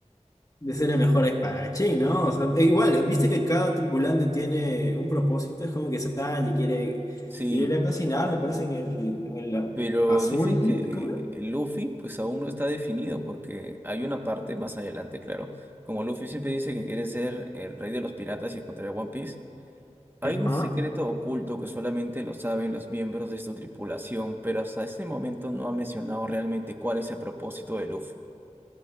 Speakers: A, on the left (about 30°); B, on the right (about 15°).
A: De ser el mejor espadachín, ¿no? O sea, e igual, viste que cada tripulante tiene un propósito, es como que Sanji quiere,
B: Sí,
A: quiere ir a cocinar, me parece, en el, en el
B: pero
A: azul,
B: dicen que
A: ¿cómo era?
B: el Luffy pues aún no está definido porque hay una parte más adelante, claro, como Luffy siempre dice que quiere ser el rey de los piratas y encontrar a One Piece. Hay
A: Ajá.
B: un secreto oculto que solamente lo saben los miembros de su tripulación, pero hasta este momento no ha mencionado realmente cuál es el propósito de Luffy.